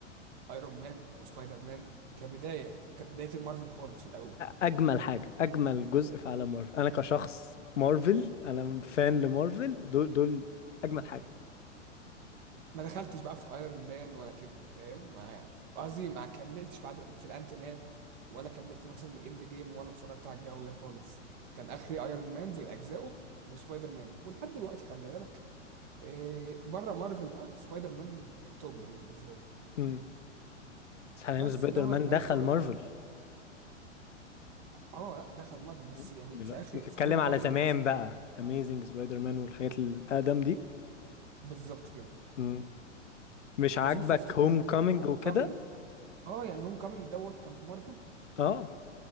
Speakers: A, on the right; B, on the left.
A: ايرون مان وسبايدر مان كبداية دي كانت بداية المارفل خالص في الاول
B: اجمل حاجه اجمل جزء في عالم مارفل انا كشخص مارفل انا فان لمارفل دول دول اجمد حاجه
A: ما دخلتش بقى في ايرون مان ولا كده فاهم ما- قصدي ما كملتش بعد في الانت مان ولا كملت مثلا لاند جيم ولا اتفرجت على الجو ده خالص كان اخري ايرون مان في اجزائه وسبايدر مان ولحد دلوقتي خلي بالك إيه بره مارفل بقى سبايدر مان توب بالنسبه لي
B: امم بس حاليا
A: بس
B: سبايدر
A: انما
B: مان
A: ماليش
B: دخل
A: تقل
B: مارفل
A: قوي اه لا دخل مارفل بس
B: مم.
A: يعني
B: دلوقتي
A: في اخر
B: انت بتتكلم
A: في هوم
B: على
A: كامينج
B: زمان
A: مثلا
B: بقى اميزنج سبايدر مان والحاجات الاقدم دي
A: بالظبط كده
B: مم. مش عاجبك
A: بس انت تفتكر
B: هوم كومينج
A: هوم
B: وكده
A: كامينج اه يعني هوم كامينج دوت كان في مارفل
B: اه